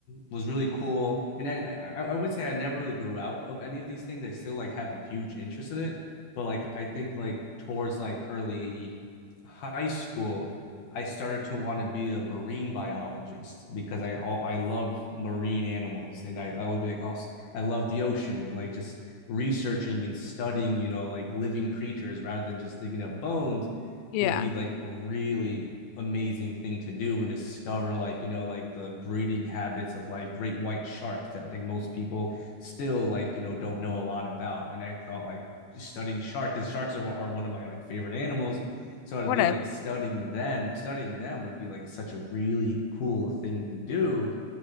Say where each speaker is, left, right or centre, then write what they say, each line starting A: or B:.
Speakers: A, on the left; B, on the left.
A: was really cool and then I, I would say I never really grew out of any of these things. I still like have a huge interest in it, but like I think like towards like early high school I started to want to be a marine biologist because I all I love marine animals and I I would be like oh I love the ocean and like just researching and studying, you know, like living creatures rather than just digging up bones
B: Yeah.
A: would be like a really amazing thing to do and discover like, you know, like the breeding habits of like great white sharks that like most people still like, you know, don't know a lot about. And I thought like studying shark because sharks are, are one of my like favorite animals. So it'd
B: What
A: be
B: a,
A: like studying them, studying them would be like such a really cool thing to do.